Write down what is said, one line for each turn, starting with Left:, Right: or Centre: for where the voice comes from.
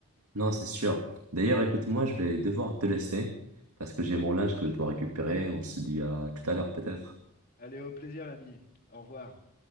Right: Non, c'est sûr. D'ailleurs, écoute-moi, je vais devoir te laisser parce que j'ai mon linge que je dois récupérer. On se dit à tout à l'heure, peut-être.
Left: Allez, au plaisir, l'ami. Au revoir.